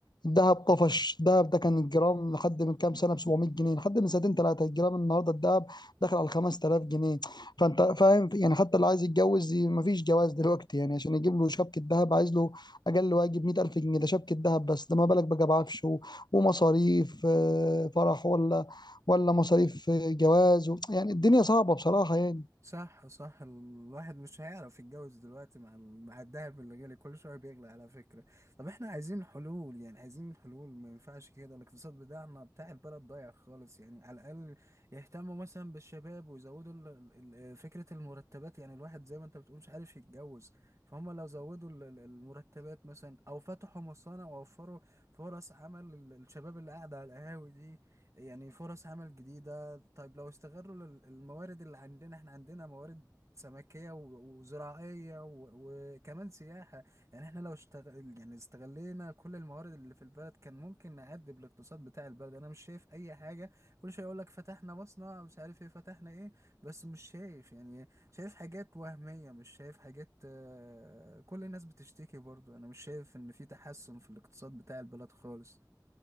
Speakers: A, on the left; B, on the right.
A: الذهب طفش الذهب ده كان الجرام لحد من كام سنة ب 700 جنيه لحد من سنتين ثلاثة الجرام النهاردة الذهب داخل على 5000 جنيه فأنت فاهم يعني حتى اللي عايز يتجوز ي- مفيش جواز دلوقتي يعني عشان يجيب له شبكة ذهب عايز له أقل واجب 100000 جنيه ده شبكة ذهب بس ده ما بالك بقى بعفش و- ومصاريف آه، فرح ولا ولا مصاريف آه، جواز و- يعني الدنيا صعبة بصراحة يعني
B: صح صح الواحد مش هيعرف يتجوز دلوقتي مع ال- مع الدهب اللي غالي كل شويه بيغلى على فكره طب احنا عايزين حلول يعني عايزين حلول ما ينفعش كده الاقتصاد بتاعنا بتاع البلد ضايع خالص يعني على الاقل يهتموا مثلا بالشباب ويزودوا ال- ال- ال- فكره المرتبات يعني الواحد زي ما انت بتقول مش عارف يتجوز فهم لو زودوا ال- ال- المرتبات مثلا او فتحوا مصانع ووفروا فرص عمل لل- للشباب اللي قاعده على القهاوي دي يعني فرص عمل جديده طيب لو استغلوا لل- الموارد اللي عندنا احنا عندنا موارد سمكية و- وزراعية و- وكمان سياحة يعني احنا لو اشتغل يعني استغلينا كل الموارد اللي في البلد كان ممكن نعدب الاقتصاد بتاع البلد انا مش شايف اي حاجة كل شوية يقول لك فتحنا مصنع مش عارف ايه فتحنا ايه بس مش شايف يعني شايف حاجات وهمية مش شايف حاجات آه، كل الناس بتشتكي برضو انا مش شايف ان في تحسن في الاقتصاد بتاع البلد خالص